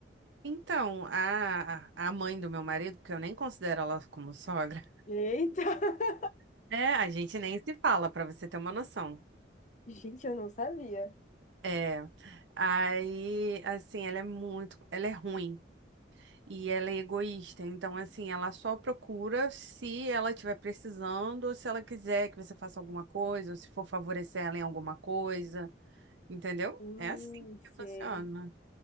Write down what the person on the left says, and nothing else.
Eita! <laughs>
Gente, eu não sabia.
Hum,
sei.